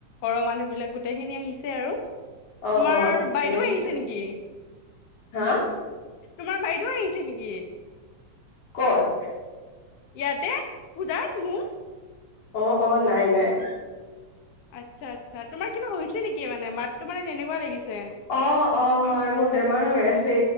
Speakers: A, on the left; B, on the left.
A: ঘৰৰ মানুহ বিিলাক গোটেইখিনি আহিছে আৰু তোমাৰ
B: অ অ ঠিকে
A: বাইদেউ
B: আছে
A: আহিছে নেকি?
B: হা।
A: তোমাৰ বাইদেউ আহিছে নেকি?
B: কত?
A: ইয়াতে পজাত মন।
B: অ অ নাই নাই।
A: আচ্ছা আচ্ছা তোমাৰ কিবা হৈছে নেকি মানে মাতটো মানে? তেনেকুৱা লাগিছে।
B: অ অ হয় মোৰ বেমাৰ হৈ আছে